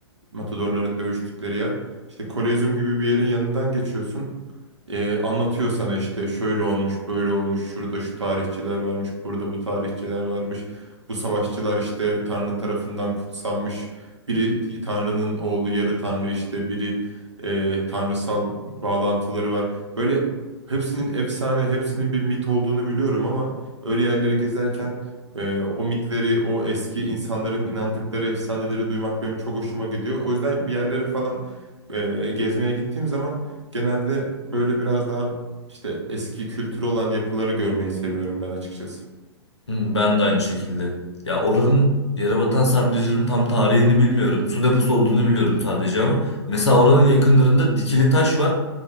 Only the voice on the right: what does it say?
matadorların dövüştükleri yer. İşte Kolezyum gibi bir yerin yanından geçiyorsun. Ee, anlatıyor sana işte şöyle olmuş, böyle olmuş, şurada şu tarihçiler varmış, burada bu tarihçiler varmış. Bu savaşçılar işte Tanrı tarafından kutsanmış. Biri Tanrı'nın oğlu, yarı Tanrı işte, biri e, tanrısal bağlantıları var. Böyle hepsinin efsane, hepsinin bir mit olduğunu biliyorum ama öyle yerleri gezerken ee, o mitleri, o eski insanların inandıkları efsaneleri duymak benim çok hoşuma gidiyor. O yüzden bir yerlere falan e, gezmeye gittiğim zaman genelde böyle biraz daha işte eski kültürü olan yapıları görmeyi seviyorum ben açıkçası.